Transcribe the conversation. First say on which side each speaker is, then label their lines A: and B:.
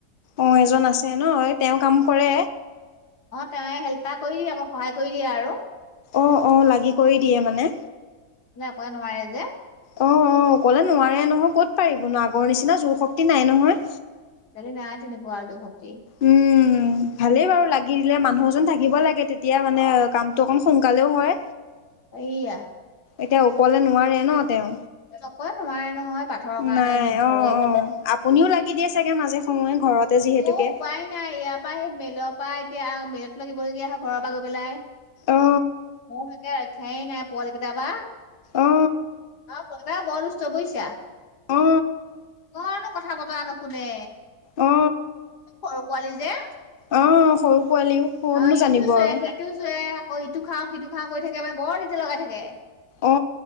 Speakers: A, on the left; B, on the left.
A: অ এজন আছে নহ তেওঁ কাম কৰে
B: তেওঁ হেল্পা কৰি দিয়ে আকৌ সহায় কৰি দিয়ে আৰু।
A: অ অ লাগি কৰি দিয়ে মানে
B: মানে একোৱে নোৱাৰে যে
A: অ অ ক'লে নোৱাৰে নহয় ক'ত পাৰিব ন আগৰ নিচিনা জোৰ শক্তি নাই নহয়।
B: কালি নাই তেনেকুৱা আৰু শক্তি।
A: উম ভালেই বাৰু লাগি দিলে মানুহ এজন থাকিব লাগে। তেতিয়া মানে
B: অ
A: কামতটো অকমান সোনকালেও হয়।
B: সেইয়া।
A: এতিয়া অকলে নোৱাৰে ন তেওঁ
B: নকৰে নোৱাৰে নহয় পাথৰৰ কাৰণে
A: নাই
B: বিষ ধৰে
A: অ অ আপুনিও লাগি দিয়ে চাগে মাজে সময়ে ঘৰতে যিহেতুকে।
B: অ উপায় নাই ইয়াৰ পৰা সেই মেইেলৰ পৰা এতিয়া মেলত লাগিবলগীয়া হয় ঘৰৰ পৰা গৈ পেলাই।
A: অ
B: মোৰ একে ৰক্ষাই নাই পোৱালি কেইটাবা
A: অ
B: অ পতা বচ বৈছা অকনো
A: অ
B: কথা বতৰা নুশুনে।
A: অ
B: সৰু পোৱালি যে। অ
A: অ সৰু পোৱালিও ক'তনো
B: এইটো
A: জানিব
B: চুৱে
A: আৰু।
B: সেইটো চুৱে আকৌ ইটো খাও সিটো খাৱ কৰি থাকে বা বৰ তেতিয়া লগাই থাকে।
A: অ